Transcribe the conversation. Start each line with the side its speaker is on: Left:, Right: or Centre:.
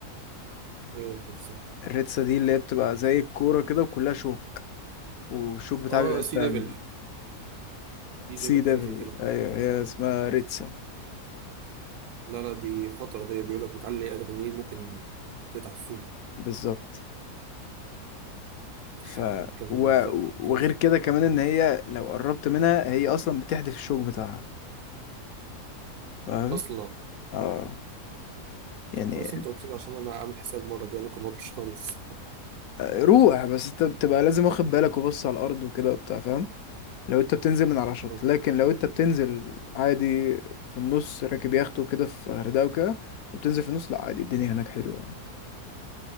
Right: إيه الإنسان؟
Left: الريتسا دي اللي هي بتبقى زي الكوره كده وكلها شوك والشوك بتاعها
Right: اه
Left: بيبقى
Right: سي
Left: <laughs> سام
Right: ديفل سي
Left: سي
Right: ديفل
Left: ديفل
Right: حاجه زي كده
Left: ايوه هي اسمها ريتسا
Right: لا لا دي خطره دي بيقول لك بتعلي ادرينالين ممكن تتعب فيها
Left: بالظبط
Right: <laughs>
Left: ف
Right: كان
Left: و...
Right: بالظبط
Left: وغير
Right: كان
Left: كده كمان ان هي لو قربت منها هي اصلا بتحدف الشوك بتاعها فاهم
Right: اصلا
Left: اه يعني
Right: كويس انت قلت لي عشان انا عامل حساب المره الجايه ممكن ما اروحش خالص
Left: روح بس انت بتبقى لازم واخد بالك وبص على الارض وكده وبتاع فاهم لو انت بتنزل من على شط
Right: <laughs>
Left: لكن لو انت بتنزل عادي في النص راكب يخت وكده في غردقة وكده وبتنزل في النص لا عادي الدنيا هناك حلوة يعني